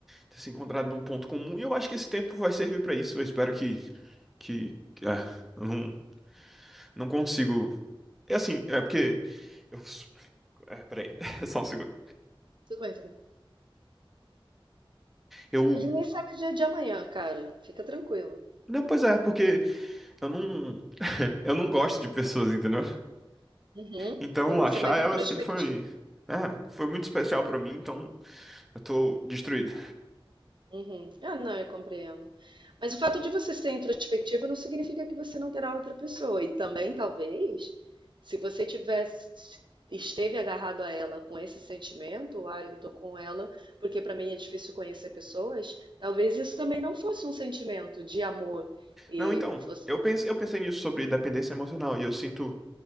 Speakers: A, in the centre; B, on the right.
A: ter se encontrado num ponto comum e eu acho que esse tempo vai servir pra isso. Eu espero que, que, que- é, eu não, não consigo. É assim, é porque eu É, peraí, <laughs> só um segundo.
B: Tudo bem, tudo bem.
A: Eu.
B: A gente nem sabe o dia de amanhã, cara. Fica tranquilo.
A: Não, pois é, porque eu não. Eu não gosto de pessoas, entendeu?
B: Uhum.
A: Então
B: Sim, você
A: achar
B: é mais
A: ela
B: introspectivo.
A: assim foi. É, foi muito especial pra mim, então eu tô destruído.
B: Uhum. Ah, não, eu compreendo. Mas o fato de você ser introspectiva não significa que você não terá outra pessoa. E também, talvez, se você tivesse, esteve agarrado a ela com esse sentimento, ah, eu tô com ela porque para mim é difícil conhecer pessoas, talvez isso também não fosse um sentimento de amor e
A: Não, então,
B: fosse.
A: eu pensei, eu pensei nisso sobre dependência emocional e eu sinto,